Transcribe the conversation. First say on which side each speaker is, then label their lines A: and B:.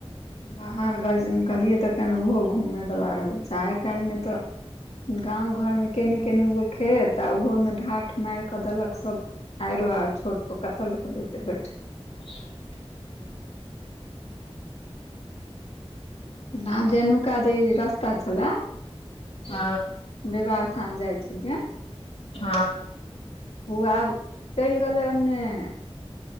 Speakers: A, on the left; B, on the left.
A: बाहर गेलियै तऽ कना ओहो घूमयवला रहल छै आइ काल्हिमे तऽ। गाँंव घर मे केनि केनि गो खेत आ ओहो मे ढाट। मारि कऽ देलक सब आइरो आर छोटो कतऽ लोक जेतैय बैठ।
B: हं। <inaudible>
A: आब जनुका जे इ रस्ता छलै।
B: ह।
A: विवारथान जाय छलियै।
B: हां।
A: ओ आब चलि गेलैय ओनैय।